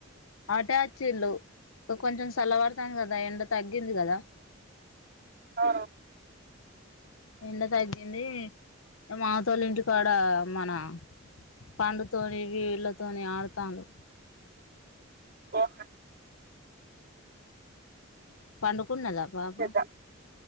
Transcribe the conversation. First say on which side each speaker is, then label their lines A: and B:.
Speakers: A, on the left (about 80°); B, on the right (about 45°).
A: అటే అచ్చిళ్ళు. ఇక్ కొంచెం సల్లబడతాంది గదా? ఎండ తగ్గింది గదా?
B: ఆ
A: ఎండ తగ్గింది మాతోలు ఇంటి కాడ మన పండుతోని వీళ్ళతోని ఆడతాన్రు
B: ఓహ
A: పండుకున్నదా పాప
B: చేద్దాం